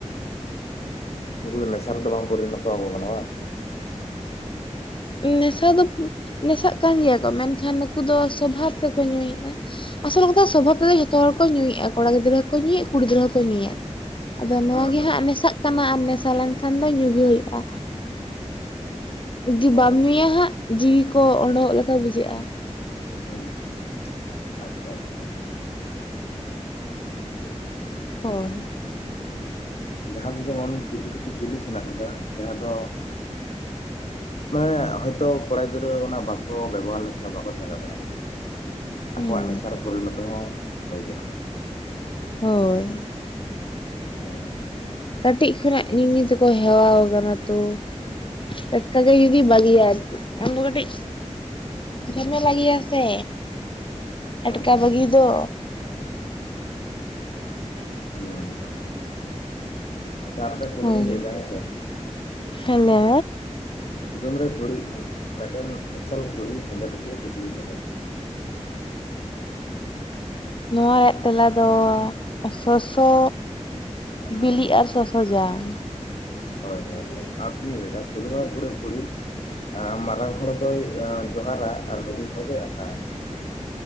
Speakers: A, on the left; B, on the left.
A: ᱩᱱᱠᱩ ᱫᱚ ᱱᱮᱥᱟ ᱨᱮᱫᱚ ᱵᱟᱝ ᱯᱚᱨᱤᱱᱚᱛᱚ ᱟᱠᱚ ᱠᱟᱱᱟ᱾
B: ᱱᱮᱥᱟ ᱫᱚ ᱱᱮᱥᱟᱜ ᱠᱟᱱ ᱜᱮᱭᱟ ᱠᱚ ᱢᱮᱱᱠᱷᱟᱱ, ᱱᱩᱠᱩ ᱫᱚ ᱥᱚᱵᱷᱟᱵ ᱛᱮᱠᱚ ᱧᱩᱭᱮᱫᱼᱟ᱾ ᱟᱥᱚᱞ ᱠᱟᱛᱷᱟ ᱥᱚᱵᱷᱟᱵᱽ ᱛᱮᱫᱚ ᱡᱚᱛᱚ ᱦᱚᱲ ᱠᱚ ᱧᱩᱭᱟ, ᱠᱚᱲᱟ ᱜᱤᱫᱽᱨᱟᱹ ᱦᱚᱸᱠᱚ ᱧᱩᱭᱮᱫ ᱠᱩᱲᱤ ᱜᱤᱫᱽᱟᱹ ᱦᱚᱸ ᱠᱚ ᱧᱩᱭᱮᱫ ᱟᱫᱚ ᱱᱚᱣᱟ
A: ᱦᱮᱸ
B: ᱜᱮ
A: ᱦᱮᱸ
B: ᱦᱟᱸᱜ ᱢᱮᱥᱟᱜ ᱠᱟᱱᱟ, ᱟᱨ ᱢᱮᱥᱟ ᱞᱮᱱᱠᱷᱟᱱ ᱫᱚ ᱧᱩ ᱜᱮ ᱦᱩᱭᱩᱜᱼᱟ᱾ ᱡᱩᱫᱤ
A: ᱚ
B: ᱵᱟᱢ ᱧᱩᱭᱟ ᱦᱟᱸᱜ ᱡᱤᱣᱤ ᱠᱚ ᱚᱸᱰᱚᱠᱚᱜ ᱞᱮᱠᱟ ᱵᱩᱡᱷᱟᱹᱜᱼᱟ᱾
A: ᱦᱩᱸ ᱟᱪᱪᱷᱟ ᱟᱪᱪᱷᱟ
B: ᱦᱳᱭ
A: ᱡᱟᱸᱦᱟ ᱫᱚ ᱡᱮᱢᱚᱱ ᱠᱤᱪᱷᱩ ᱠᱤᱪᱷᱩ ᱡᱤᱱᱤᱥ ᱢᱮᱱᱟᱜ ᱟᱠᱟᱫᱟ, ᱡᱟᱸᱦᱟ ᱫᱚ ᱢᱟᱱᱮ ᱦᱚᱭᱛᱚ ᱠᱚᱲᱟ ᱜᱤᱫᱽᱨᱟᱹ ᱚᱱᱟ ᱵᱟᱠᱚ ᱵᱮᱵᱚᱦᱟᱨ ᱞᱮᱠᱷᱟᱱ ᱵᱟᱠᱚ ᱛᱟᱦᱮᱸ ᱫᱟᱲᱮᱭᱟᱜᱼᱟ ᱦᱮᱸ ᱥᱮ
B: ᱦᱩᱸ
A: ᱟᱠᱚᱣᱟᱜ ᱱᱮᱥᱟᱨᱮ ᱯᱚᱨᱤᱱᱚᱛᱚ ᱦᱚᱸ ᱦᱩᱭ ᱠᱟᱱᱟ᱾
B: ᱦᱳᱭ
A: ᱚᱸ
B: ᱠᱟᱹᱴᱤᱡ ᱠᱷᱚᱱᱟᱜ ᱧᱩ ᱧᱩ ᱛᱮᱠᱚ ᱦᱮᱣᱟᱣ ᱠᱟᱱᱟ ᱛᱚ, ᱴᱟᱴᱠᱟ ᱜᱮ ᱡᱩᱫᱤ ᱵᱟᱹᱜᱤᱭᱟᱭ ᱟᱢᱫᱚ ᱠᱟᱹᱴᱤᱡ ᱡᱷᱟᱢᱮᱞᱟ ᱜᱮᱭᱟ ᱥᱮ ᱴᱟᱴᱠᱟ
A: ᱦᱮᱸ
B: ᱵᱟᱹᱜᱤ ᱫᱚ,
A: ᱦᱳᱭ ᱟᱪᱷᱷᱟ ᱟᱨ ᱢᱤᱫᱴᱟᱝ ᱠᱚᱫᱚᱢ
B: ᱦᱳᱭ
A: ᱤᱧ ᱞᱟᱹᱭ‌ᱮᱫᱟ ᱦᱮ ᱥᱮ,
B: ᱦᱮᱞᱳ
A: ᱠᱩᱫᱩᱢ ᱨᱮ ᱠᱩᱬᱤᱫ ᱠᱩᱬᱤᱫ ᱢᱤᱫᱴᱮᱱ ᱮᱥᱮᱞ ᱠᱩᱲᱤ ᱦᱮᱸᱫᱮ ᱴᱩᱠᱩᱢ ᱮ ᱫᱤᱯᱤᱞ ᱟᱠᱟᱫᱟᱭ <inaudible>
B: ᱱᱚᱣᱟ ᱨᱮᱭᱟᱜ ᱛᱮᱞᱟ ᱫᱚ ᱥᱚᱥᱚ᱾
A: ᱦᱮᱸ
B: ᱵᱤᱞᱤ ᱟᱨ ᱥᱚᱥᱚ ᱡᱟᱝ᱾
A: ᱦᱳᱭ ᱦᱳᱭ, ᱟᱨ ᱢᱤᱫᱴᱮᱱ ᱞᱟᱹᱭ ᱫᱟ ᱠᱩᱫᱩᱢ ᱨᱮ ᱠᱩᱬᱤᱫ ᱠᱩᱬᱤᱫ ᱢᱟᱨᱟᱝ ᱦᱚᱲ ᱫᱚᱭ ᱡᱚᱦᱟᱨᱼᱟ ᱟᱨ ᱦᱩᱰᱤᱧ ᱦᱚᱲ ᱫᱚᱭ ᱟᱛᱟᱝ